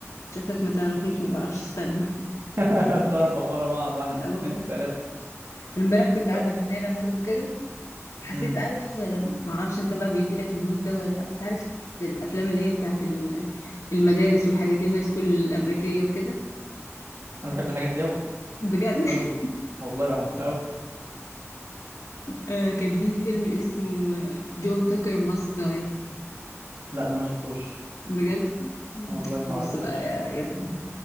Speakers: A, on the left; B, on the right.
A: شكلك ما تعرفنيش ما بعرفش استنى
B: <laughs> طربق ورا بعض واحد
A: اه
B: في اتنين في تلاته
A: امبارح كنت قاعده
B: طب
A: بنانه برضو كده حسيت
B: امم
A: عارف لما- ما اعرفش انت بقى بيجي لك المود ده ولا لا بس عارف الافلام اللي هي بتاعت ال- المدارس والحاجات دي الهاي سكول الامريكيه وكده
B: انا بحب الحاجات دي قوي
A: بجد
B: قوي
A: <laughs>
B: والله بحبها قوي
A: آه، كان في فيلم اسمه جون تاكر ماست داي
B: لا ده ما شفتوش
A: بجد
B: والله ما
A: بص
B: اعرفوش
A: بقى يا, يا ابني